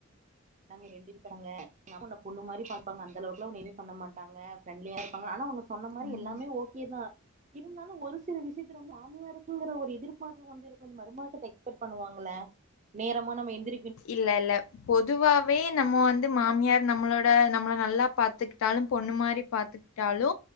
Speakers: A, on the right (about 30°); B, on the left (about 65°).
A: நாங்க ரெண் <unintelligible> எங்க அம்மா உன்ன பொண்ணு மாரி பாங்க அந்த அளவுக்குல உன்ன <unintelligible> பண்ண மாட்டாங்க ஃப்ரண்டிலியா இருப்பாங்க ஆனா ஒன்னு சொன்ன மாரி
B: ம்.
A: எல்லாமே ஓகே தா இருந்தாலு ஒரு சில விஷ்யத்துல வந்து மாமியாருக் குங்கிற ஒரு எதிர்பார்ப்பு வந்து இருக்கு மருமவகிட்ட எக்ஸ்பக் பண்ணுவாங்கள நேரமா நம்ம எந்து
B: இல்ல இல்ல பொதுவாவே நம்ம வந்து மாமியார் நம்மளோ ட நம்மள நல்லா பாத்துக்கிட்டாலு பொண்ணு மாரி பாத்துக்கிட்டாலு